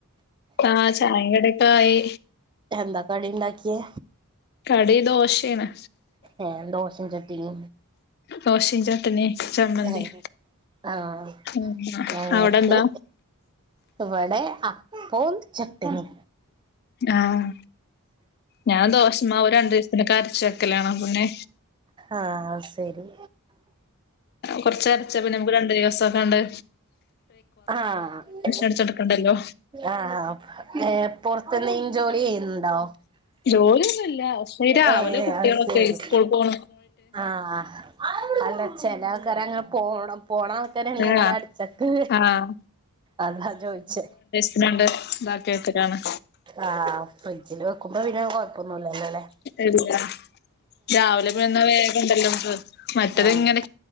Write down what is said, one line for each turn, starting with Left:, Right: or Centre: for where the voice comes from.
Left: ആഹ് ചായിം കടിക്കെ ആയി
Right: എന്താ കടി ഇണ്ടാക്കിയേ
Left: കടി ദോശെണ്
Right: എഹ് ദോസം ചട്ടിണോ
Left: ദോശിം ചട്ടണി ചമ്മന്തിം
Right: ഏഹ് ആഹ്
Left: ഉം
Right: ഞങ്ങക്ക്
Left: അവിടെ എന്താ
Right: ഇവിടെ അപ്പോം ചട്ടിണിം
Left: ആഹ് ഞാൻ ദോശമാവ് രണ്ടിസത്തിനൊക്കെ അരച്ച് വെക്കലാണ് അപ്പൊപിന്നെ
Right: ആഹ് അത് സെരി
Left: കൊറച്ചരച്ചാപ്പിന്നെ നമുക്ക് രണ്ട് ദിവസോക്കെ ആണ്ട്
Right: ആഹ്
Left: അടിച്ചെടുക്കണ്ടല്ലോ
Right: ആഹ് ഏ പൊറത്ത്ന്ന് ഈ ജോലി ചെയ്യുന്നുണ്ടോ
Left: ജോലിയൊന്നും ഇല്ല പക്ഷേ ഈ രാവിലെ
Right: ഏ
Left: കുട്ടികളൊക്കെ
Right: അത് ശരി
Left: സ്കൂൾ പോണ
Right: ആഹ് അല്ല ചില ആൾക്കാര് അങ്ങനെ പോണം പോണ ആൾക്കാരാണീ
Left: ആഹ്
Right: അങ്ങനെ അടിച്ചക്ക്
Left: ആഹ്
Right: അതാ ചോയിച്ചേ
Left: പിന്നണ്ട് ഇതാക്കിയ വെക്കലാണ്
Right: ആഹ് ഫ്രിഡ്ജിൽ വെക്കുമ്പോ പിന്നെ കൊഴപ്പൊന്നും ഇല്ലല്ലോ അല്ലെ
Left: ഇല്ല രാവിലെ പിന്നെ വേഗം ഉണ്ടല്ലോ മറ്റത്
Right: ആഹ്
Left: ഇങ്ങനെ